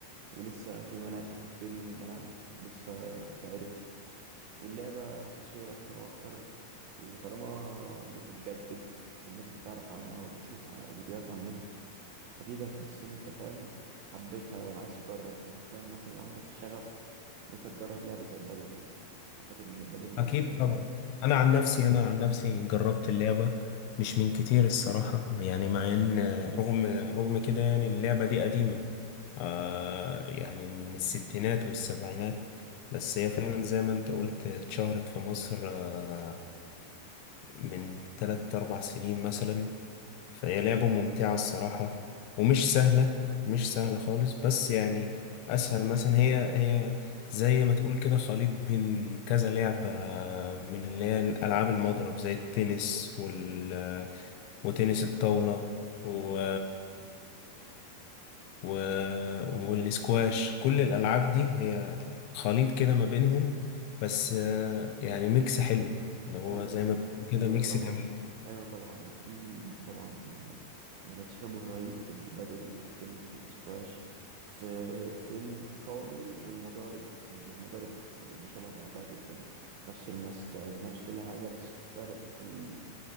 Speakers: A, on the right; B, on the left.
A: ولسه في ملاعب بتتبني وملاعب لسه بتتعرف واللعبة هتتشير أكتر وأكتر وطالما بتتجدد والناس بتعرف عنها وبتشوف ع- فيديوهات على النت أكيد هتحس إن أنت فاهم حبيتها وعايز تجرب حتى ممكن يبقى عندك شغف إن أنت تجرب لعبة زي البادل يعني أعتقد إن البادل لعبة
B: اكيد
A: جميلة
B: طبعا
A: جدا
B: انا عن نفسي انا عن نفسي جربت اللعبة مش من كتير الصراحة يعني مع ان آه، رغم رغم كده يعني اللعبة دي قديمة آه يعني من الستينات والسبعينات بس هي فعلا زي ما انت قلت اتشهرت في مصر آه من تلات أربع سنين مثلا فهي لعبة ممتعة الصراحة ومش سهلة مش سهلة خالص بس يعني أسهل مثلا هي هي زي ما تقول كده خليط بين كذا لعبة من اللي هي ألعاب المضرب زي التنس وال وتنس الطاولة و... و... والسكواش كل الألعاب دي هي خليط كده ما بينهم بس آه، يعني ميكس حلو اللي هو
A: ايوه
B: زي ما بيقول كده
A: ايوه
B: ميكس
A: طبعا
B: جميل
A: ايوه طبعا في طبعا آه، يعني تشابه رهيب بين البادل والتنس والسكواش في في القوانين والمضارب يعني المضارب يعني شبه بعضها جدا نفس المسكة ونفس كل حاجة بس فرق في ال...